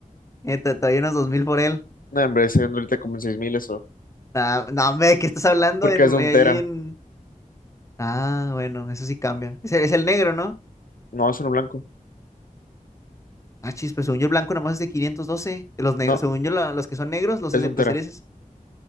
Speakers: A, on the left; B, on the left.
A: eh, te, te doy unos dos mil por él.
B: No, hombre, se vende ahorita como en 6000 eso,
A: Ah, no, hombre, ¿qué estás hablando
B: porque
A: en,
B: es de un
A: ahí
B: tera.
A: en...? Ah, bueno, eso sí cambia. Es el, es el negro, ¿no?
B: No, es uno blanco.
A: Ah, chis, pues según yo el blanco nada más es de 512. Los negros,
B: No,
A: según yo la- los que son negros, los,
B: es
A: ese-
B: de un tera.
A: los cereces.